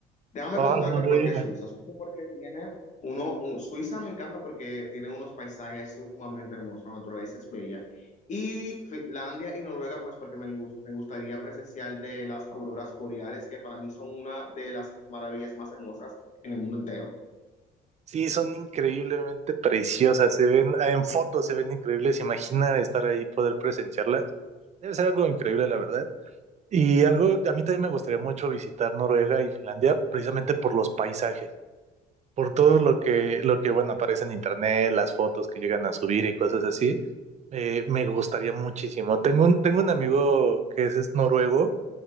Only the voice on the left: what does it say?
Déjame
contarte
por qué Suiza. Suiza porque tiene uno, un- Suiza me encanta porque tiene unos paisajes sumamente hermosos, la naturaleza es bella. Y Finlandia y Noruega, pues porque me, gus- me gustaría presenciar de las auroras boreales, que para mí son una de las maravillas más hermosas en el mundo entero.